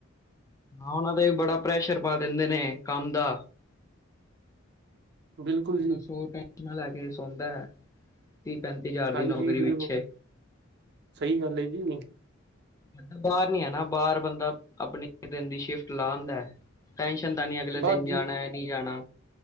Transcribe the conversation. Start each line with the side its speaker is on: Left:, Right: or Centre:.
Left: ਹਾਂ ਉਹਨਾਂ ਦਾ ਵੀ ਬੜਾ ਪ੍ਰੈਸ਼ਰ ਪਾ ਦਿੰਦੇ ਨੇ ਕੰਮ ਦਾ
Right: ਬਿਲਕੁਲ ਜੀ
Left: ਸੋ ਟੈਂਸ਼ਨਾਂ, ਲੈ ਕੇ ਸੌਦਾ ਹੈ ਤੀਹ ਪੈਂਤੀ ਹਜ਼ਾਰ
Right: ਹਾਂਜੀ
Left: ਦੀ ਨੌਕਰੀ
Right: ਬਿਲਕੁਲ
Left: ਪਿੱਛੇ
Right: ਸਹੀ ਗੱਲ ਹੈ ਜੀ
Left: ਇਦ ਬਾਹਰ ਨੀ ਹੈ ਨਾ, ਬਾਹਰ ਬੰਦਾ ਆਪਣੇ ਦਿਨ ਦੀ ਸ਼ਿਫਟ ਲਾਉਦਾ ਹੈ ਟੇ ਕਹਿਦਾ ਨੀ ਅਗਲੇ
Right: ਬਸ
Left: ਦਿਨ ਜਾਣਾ ਹੈ, ਨਹੀ ਜਾਣਾ